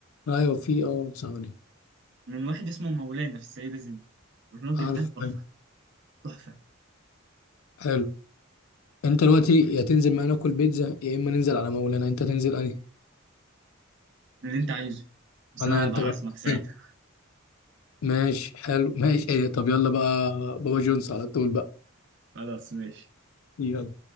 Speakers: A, on the left; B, on the right.
A: ايوه في اه ثواني
B: من واحد اسمه مولانا في السيدة زينب الراجل
A: عارف
B: ده تحفة
A: حلو
B: تحفة
A: حلو. انت دلوقتي يا تنزل معانا ناكل بيتزا يا اما ننزل على مولانا انت تنزل انهي
B: اللي انت عايزه بس
A: انا
B: انا
A: انت
B: بعزمك
A: جربت.
B: ساعتها
A: <laughs> ماشي حلو ماشي ايه طب يلا بقى بابا جونز على طول بقى
B: خلاص ماشي
A: يلا